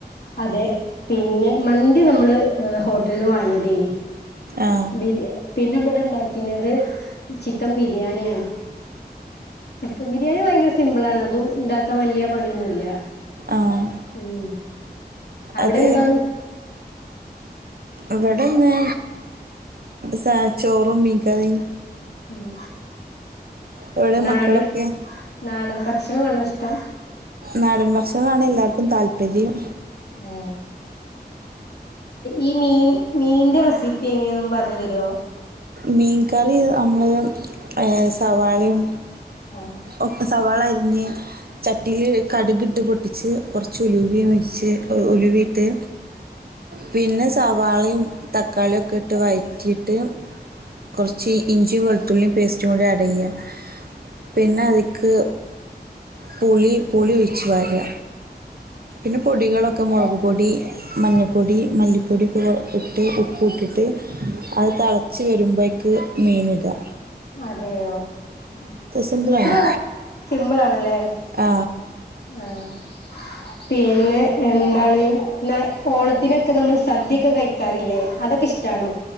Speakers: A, on the left; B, on the right.
A: അതെ പിന്നെ മന്തി നമ്മള് ഹോട്ടൽന്ന് വാങ്ങിയതേനി
B: ആ
A: ബിരിയ പിന്നെ ബടെ ഇണ്ടാക്കിനത് ചിക്കൻ ബിരിയാണിയാണ് ചിക്കൻ ബിരിയാണി ഭയങ്കര സിമ്പിൾ ആണ് അതും ഇണ്ടാക്കാൻ വല്യെ പണിയൊന്നുല്ല
B: ആ
A: ഉം അവിടെന്താന്ന്
B: അത് ഇവടെന്ന് സാചോറും മീൻകറിം
A: ഉം
B: ഇവിടെ
A: നാടൻ
B: മക്കളൊക്കെ
A: നാടൻ ഭക്ഷണവാണോ ഇഷ്ടം
B: നാടൻ ഭക്ഷണാണ് എല്ലാര്ക്കും താല്പര്യം
A: ഏ ഈ മീൻ മീന്റെ റെസിപ്പി എങ്ങനെയാന്നൊന്ന് പറഞ്ഞു തെരോ
B: മീൻ കറി അമ്മള് സവാളീം
A: ആഹ്
B: ഒക്കെ സവാളരിഞ്ഞ് ചട്ടീല് കടുക് ട്ട് പൊട്ടിച്ച് കൊർച്ച് ഉലുവിം ഒഴിച് ഉലുവിട്ട്
A: ഉ <unintelligible>
B: പിന്നെ സവാളീം തക്കാളിയൊക്കെ ഇട്ട് വഴറ്റിയിട്ട് കൊർച്ച് ഇഞ്ചിയും വെളുത്തുള്ളിയും പേസ്റ്റും കൂടി ആഡെയ്യാ പിന്നെ അതിക്ക് പുളി പുളി ഒഴിച്ച് പാരാ പിന്നെ പൊടികളൊക്കെ മൊളക്പൊടി മഞ്ഞപ്പൊടി മല്ലിപ്പൊടിക്കെ ഇട്ട് ഉപ്പു ഇട്ടിട്ട് അത് തളച്ച് വെരുമ്പയ്ക്ക് മീന് ഇടാ
A: അതെയോ ഉം
B: സിമ്പിളാണ്
A: ഇത്ര സിമ്പ്ളാണല്ലേ
B: ആ
A: ആഹ് പിന്നെ എന്താണ് ന്ന ഓണത്തിനൊക്കെ നമ്മൾ സദ്യൊക്കെ കഴ് ക്കാറില്ലേ അതൊക്കെ ഇഷ്ടാണോ